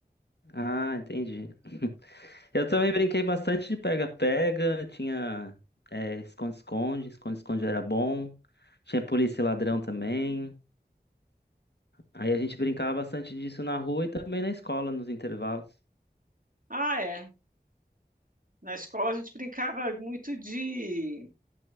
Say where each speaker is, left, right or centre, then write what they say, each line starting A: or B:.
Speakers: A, on the left; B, on the right.
A: Ah, entendi. <laughs> Eu também brinquei bastante de pega-pega, tinha é, esconde-esconde, esconde-esconde era bom, tinha polícia e ladrão também. Aí a gente brincava bastante disso na rua e também na escola, nos intervalos.
B: Ah, é. Na escola a gente brincava muito de